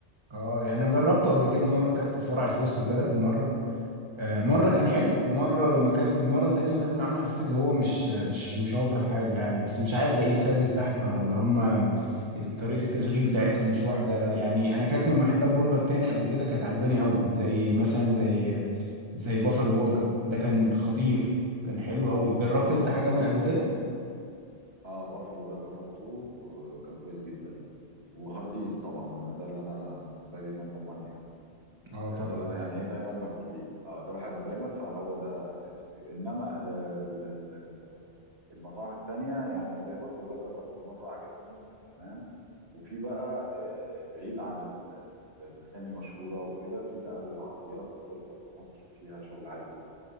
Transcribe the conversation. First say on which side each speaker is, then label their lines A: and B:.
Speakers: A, on the right; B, on the right.
A: اه يعني انا جربته قبل كده مره اكلت في فرع اللي في وسط البلد مره آه، مره كان حلو ومره لما كانت المره التانيه ما كانت من عنده حسيت اللي هو مش مش مش افضل حاجه يعني بس مش عارف ده ايه بسبب الزحمه ولا هم طريقه التشغيل بتاعتهم مش واحده يعني انا كانت من محلات برجر تاني قبل كده كانت عجباني قوي زي مثلا زي زي بافالو برجر ده كان خطير كان حلو قوي جربت
B: اه
A: انت
B: ده
A: حاجه
B: جربته
A: من قبل كده
B: اه بافلو ده جربته وكان كويس جدا وهارديز طبعا لان ده اللي انا بالنسبه لي نمبر 1 يعني
A: اه
B: آه،
A: طبعا
B: ده اللي انا يعني ايه دايما باكل فيه اه ده بحبه دايما فهو ده اساسي انما آه، ال- ال- ال- المطاعم التانية يعني زي بافلو ده جربته مره عجبني وكان تمام وفي بقى آه، بعيد عن ال- الاسامي المشهوره وكده في بقى العربيات البرجر في مصر فيها شغل عالي جدا